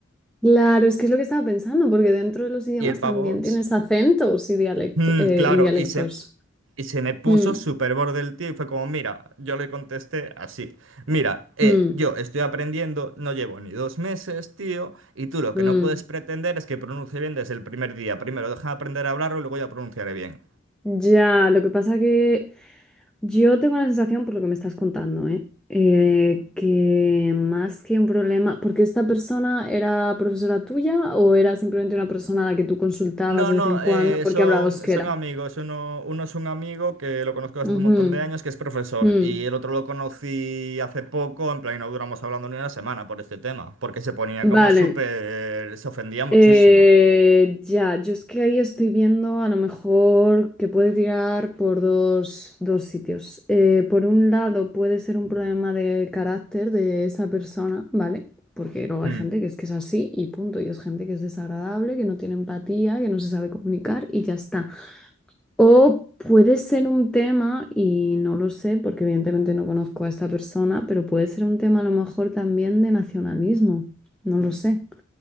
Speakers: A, in the centre; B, on the right (about 75°).
A: Claro, es que es lo que estaba pensando, porque dentro de los idiomas
B: Y el pavo,
A: también tienes
B: s-
A: acentos y, dialecto-
B: "Mm,
A: eh,
B: claro,
A: y dialectos.
B: y se, Y se me puso
A: Mm,
B: súper borde el tío y fue como, mira, yo le contesté así, mira, eh,
A: mm,
B: yo estoy aprendiendo, no llevo ni dos meses, tío, y tú lo que
A: mm.
B: no puedes pretender es que pronuncie bien desde el primer día. Primero deja de aprender a hablarlo y luego ya pronunciaré bien.
A: Ya, lo que pasa que yo tengo la sensación, por lo que me estás contando, ¿eh? Eh, que más que un problema, porque esta persona era profesora tuya o era simplemente una persona a la que tú consultabas
B: No,
A: de
B: no,
A: vez en cuando
B: eh,
A: porque
B: son,
A: hablaba euskera.
B: son amigos. Uno, uno es un amigo que lo conozco desde
A: Ujú,
B: hace un montón de años, que es profesor,
A: mm.
B: y el otro lo conocí hace poco, en plan, y no duramos hablando ni una semana por este tema, porque se ponía
A: Vale.
B: como súper, se ofendía muchísimo.
A: Eh, ya, yo es que ahí estoy viendo a lo mejor que puede tirar por dos, dos sitios. Eh, por un lado puede ser un problema de carácter de esa persona, ¿vale? Porque luego hay
B: Hmm.
A: gente que es que es así y punto, y es gente que es desagradable, que no tiene empatía, que no se sabe comunicar y ya está. O puede ser un tema, y no lo sé porque evidentemente no conozco a esta persona, pero puede ser un tema a lo mejor también de nacionalismo, no lo sé.